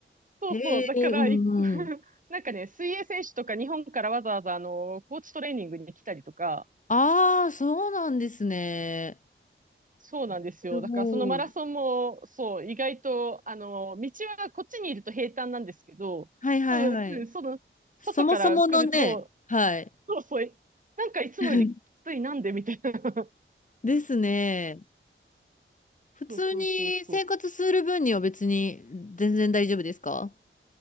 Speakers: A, on the right; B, on the left.
A: そうそう。
B: へえ、
A: だから、
B: うんうん。
A: い <laughs> なんかね、水泳選手とか日本からわざわざ、あの、コーチトレーニングに来たりとか、
B: ああ、そうなんですね。
A: そうなんですよ。
B: すごい。
A: だから、そのマラソンも、そう、意外と、あの、道はこっちにいると平坦なんですけど、
B: はいはいはい。
A: うん、その、外から来ると、
B: そもそものね、はい。
A: そうそう、なんかいつもよりきついなんでみたいな。
B: <laughs>
A: <laughs>
B: ですね。普通に生活する分には別に全然大丈夫ですか
A: そうそうそうそう。